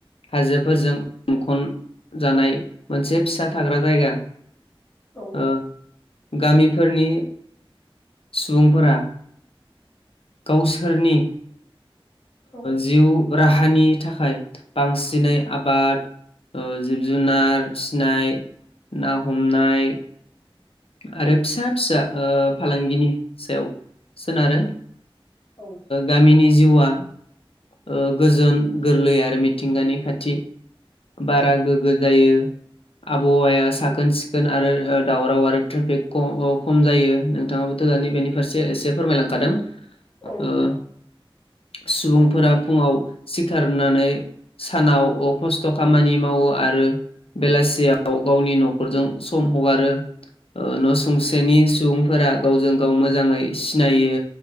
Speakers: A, on the left; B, on the left.
A: हाजोफोरजों मुंखनजानाय मोनसे फिसा थाग्रा जायगा।
B: औ।
A: ओ गामिफोरनि सुबुंफोरा,, गावसोरनि
B: औ
A: जिउ राहानि थाखाय, बांसिनै आबाद ओ जिब- जुनार फिसिनाय, ना- हमनाय आरो फिसा फिसा ओ फालांगिनि सायाव सोनारो,
B: औ
A: गामिनि जिउआ ओ गोजोन गोरलै आरो मिथिंगानि खाथि बारा
B: औ
A: गोगो जायो। आबहावाया साखोन-
B: औ
A: सिखोन आरो दावराव आरो ट्रेफिक खम जायो, नोंथाङाबोथ' दानि बेनि फारसे एसे फोरमायलांखादों।
B: औ नोंथां।
A: ओ सुबुंफोरा फुङाव सिखारनानै सानाव अ खस्थ',, खस्थ' खामानि मावो आरो बेलासियाव गावनि न'खरजों सम हगारो। ओ न' सुंसेनि सुबुंफोरा गावजों‌ गाव मोजाङै सिनायो